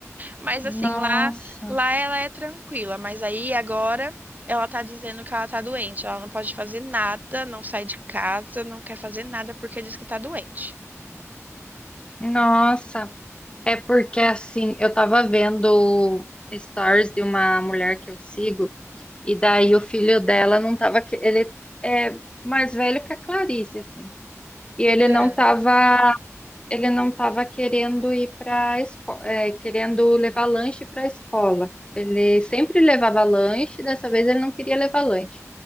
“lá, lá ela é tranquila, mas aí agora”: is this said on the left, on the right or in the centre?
Right